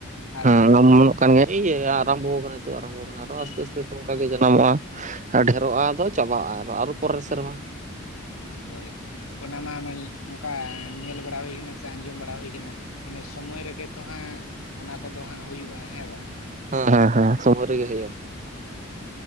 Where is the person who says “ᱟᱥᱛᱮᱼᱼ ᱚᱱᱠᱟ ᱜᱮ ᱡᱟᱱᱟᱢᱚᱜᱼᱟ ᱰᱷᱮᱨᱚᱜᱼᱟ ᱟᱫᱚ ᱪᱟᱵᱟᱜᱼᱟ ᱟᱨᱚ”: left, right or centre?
Right